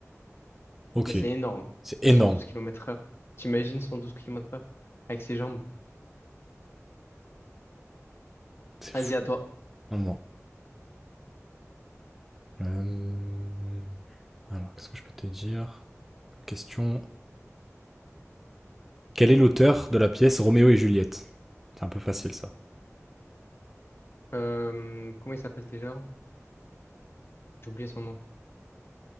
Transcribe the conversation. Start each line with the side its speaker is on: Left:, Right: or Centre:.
Centre: Ok,
Left: Mais c'est énorme.
Centre: c'est énorme.
Left: cent douze kilomètres heure. T'imagines 112 kilomètres heure? Avec ses jambes.
Centre: C'est fou.
Left: Vas-y, à toi.
Centre: Vraiment. Euh, Alors, qu'est-ce que je peux te dire? Question. Quel est l'auteur de la pièce Roméo et Juliette? C'est un peu facile ça.
Left: Euh, comment il s'appelle déjà? J'ai oublié son nom.